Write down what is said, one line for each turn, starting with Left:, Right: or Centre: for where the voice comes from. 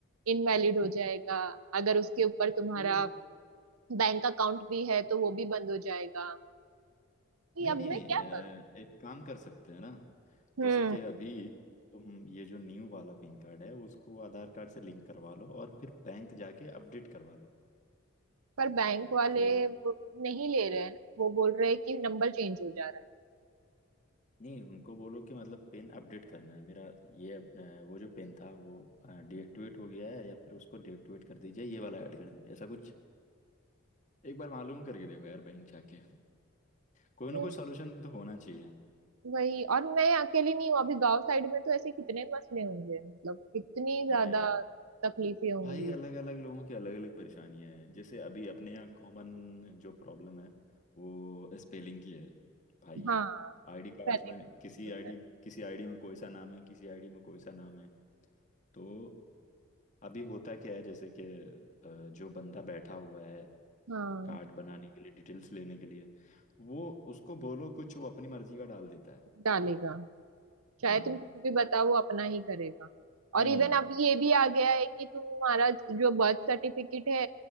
Right: इनवैलिड हो जाएगा अगर उसके ऊपर तुम्हारा
Left: तो
Right: बैंक अकाउंट भी है तो वो भी बंद हो जाएगा कि
Left: नहीं
Right: अब
Left: नहीं
Right: मैं
Left: नहीं
Right: क्या करूं
Left: अ, एक काम कर सकते हैं ना
Right: हम्म
Left: जैसे कि अभी तुम ये जो न्यू वाला पिन कार्ड है उसको आधार कार्ड से लिंक करवा लो और फिर बैंक जाके अपडेट करवा लो
Right: पर बैंक वाले
Left: कि
Right: वो नहीं ले रहे हैं ना वो बोल रहे हैं कि नंबर चेंज हो जा रहा
Left: नहीं उनको बोलो कि मतलब पिन अपडेट करना है मेरा ये अ, वो जो पिन था वो डीएक्टिवेट हो गया है या फिर उसको डीएक्टिवेट कर दीजिए ये वाला ऐड कर दीजिए ऐसा कुछ एक बार मालूम करके देखो यार बैंक जाके कोई ना
Right: है
Left: कोई सॉल्यूशन तो होना चाहिए
Right: वही और मैं अकेली नहीं हूँ अभी गांव साइड में तो ऐसे कितने मसले होंगे मतलब कितनी ज्यादा
Left: हाँ यार
Right: तकलीफें होंगी
Left: भाई अलग अलग लोगों की अलग अलग परेशानियां हैं जैसे अभी अपने यहाँ कॉमन जो प्रॉब्लम है वो स्पेलिंग की है भाई
Right: हाँ
Left: आईडी कार्ड्स
Right: पैनिक
Left: में किसी
Right: होता
Left: आईडी
Right: है
Left: में किसी आईडी में कोई सा नाम है किसी आईडी में कोई सा नाम है तो अभी होता क्या है जैसे कि अ, जो बंदा बैठा हुआ है
Right: हाँ
Left: कार्ड बनाने के लिए डिटेल्स लेने के लिए वो उसको बोलो कुछ वो अपनी मर्जी का डाल देता है
Right: डालेगा चाहे
Left: हाँ
Right: तुम किसी भी बताओ वो अपना ही करेगा
Left: हम्म
Right: और इवन अब ये भी आ गया है कि तुम्हारा जो बर्थ सर्टिफिकेट है